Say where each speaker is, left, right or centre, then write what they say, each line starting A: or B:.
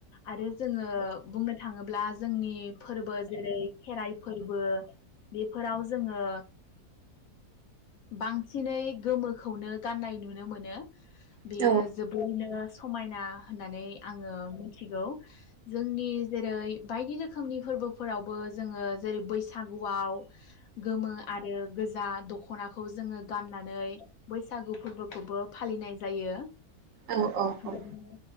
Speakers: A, on the left; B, on the right.
A: आरो जोङो
B: औ
A: बुंनो थाङो ब्ला जोंनि फोरबो जेरै खेराइ फोरबो बेफोराव जोङो बांसिनै गोमोखौनो गाननाय नुनो मोनो।
B: औ
A: बेयो जोबोरैनो समायना होननानै आङो मिथिगौ जोंनि जेरै बायदि रोखोमनि फोरबोफोरावबो जोङो जेरै बैसागुआव गोमो आरो गोजा दख'नाखौ जोङो गाननानै बैसागु फोरबोखौबो फालिनाय जायो।
B: औ औ औ
A: बिदिनो